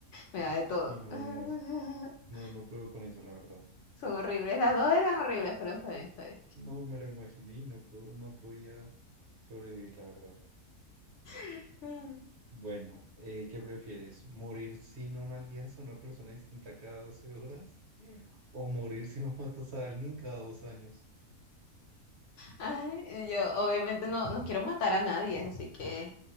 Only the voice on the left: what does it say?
me da de todo.
<laughs>
Son horribles, las dos eran horribles, pero está bien, está bien.
<laughs>
Ay, yo obviamente no, no quiero matar a nadie, así que,